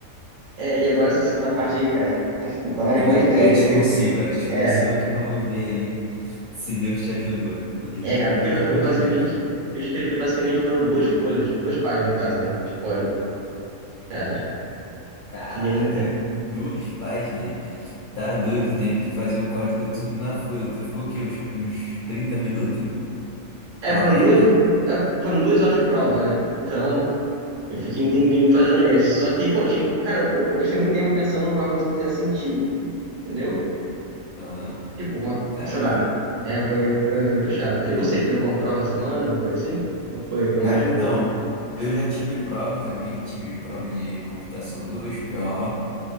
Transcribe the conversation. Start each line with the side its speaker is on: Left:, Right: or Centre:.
Right: É, e agora essa segunda parte aí, cara, tá tá nas
Left: Que
Right: mãos
Left: vai...
Right: de Deus.
Left: É discursiva, é discursiva
Right: É,
Left: que vamos ver aí se Deus te ajudou. Porque
Right: é,
Left: tu entregou
Right: cara, porque eu,
Left: na mão
Right: eu basicamente,
Left: de Deus.
Right: o que eu escrevi basicamente foram duas folhas, duas páginas no caso, né, de código, cara,
Left: Caraca,
Right: e ainda.
Left: duas páginas. Tá doido, teve que fazer o código tudo na folha. Tu ficou o quê? Uns, uns 30 minutos?
Right: É,
Left: quarenta?
Right: foram duas, é, foram duas horas de prova, né, então eu fiquei um tempinho fazendo esse. Só que, pô, tinha, cara, eu, eu gastei muito tempo pensando numa coisa que fizesse sentido, entendeu?
Left: Aham,
Right: Tipo, uma,
Left: Caraca.
Right: sei lá, é, foi, foi, foi puxado. E você, teve alguma prova essa semana, alguma coisa assim? Ou foi, foi
Left: Cara,
Right: mais de
Left: então,
Right: boa?
Left: eu já tive prova também, tive prova de computação 2, PO.